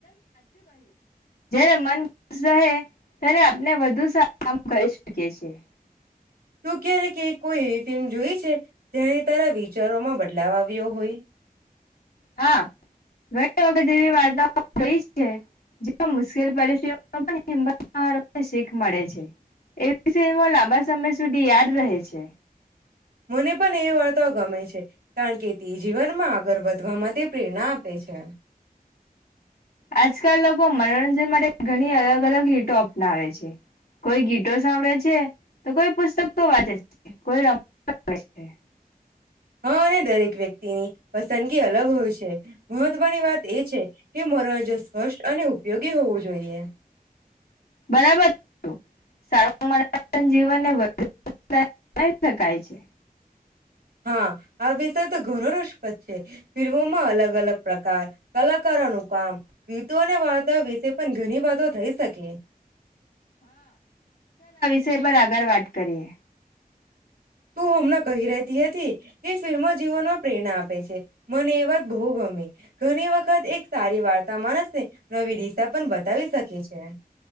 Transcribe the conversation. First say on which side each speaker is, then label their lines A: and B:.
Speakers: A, on the left; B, on the right.
A: જ્યારે મન ખુશ રહે, ત્યારે આપને વધુ સા <inaudible> કામ કરી શકીએ છીએ.
B: તૂ કેને કે. કોઈ એવી ફિલ્મ જોઈ છે, જેનાઈ તારા વિચારોમાં બદલાવ આવ વ્યો હોય.
A: હા, ઘણી વખત એવી વાર્તાઓ જોઈ છે. જેમાં મુશ્કેલ પરીસથીઓમાં પણ હિંમત ન હારવાની શીખ મળે છે. એ <inaudible> લાંબા સમય સુધી યાદ રહે છે.
B: મને પણ એ વાર્તાઓ ગમે છે. કારણ કે, તે જીવનમાં આગળ વધ ધવા માટે પ્રેરણા આપે છે.
A: આજકાલ લોકો મનોરંજન માટે ઘણી અલગ અલગ રીતો અપનાવે છે. કોઈ ગીતો સાંભળે છે, તો કોઈ પુસ્તકો વાંચે છે, કોઈ રમ <inaudible> છે.
B: હા, અને દરેક વ્યક્તિની પસંદગી અલગ હોય છે. મહત્વની વાત એ છે કે, મનોરજન સ્પષ્ટ અને ઉપયોગી હોવું જોઈએ.
A: બરાબર <inaudible> સારું મનોરજન જીવનને વધુ <inaudible> શકાય છે.
B: હા, આ વિષય તો ઘણો રષપ્રદ છે. ફિલ્મોમાં અલગ અલગ પ્રકાર, કલાકારોનું કામ, ગીતો અને વાર્તાઓ વિશે પણ ઘણી વાતો થઈ શકે.
A: સય પર આગળ વાત કરીએ.
B: તું હમણાં કહી રેહતી હતી કે, ફિલ્મો જીવનમાં પ્રેરણા આપે છે. મને એ વાત બહુ ગમી ઘણી વખત એક સારી વાર્તા માણસને નવી દિશા પણ બતાવી શકે છે. કે